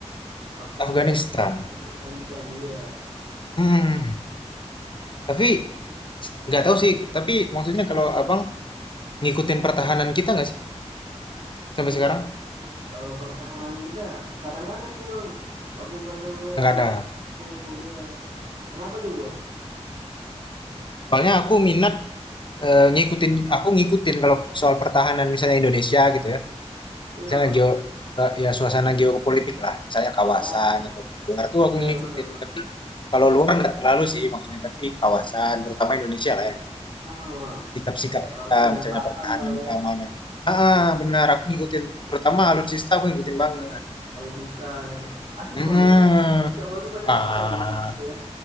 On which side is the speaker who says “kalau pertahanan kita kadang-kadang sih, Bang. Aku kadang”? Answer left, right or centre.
Right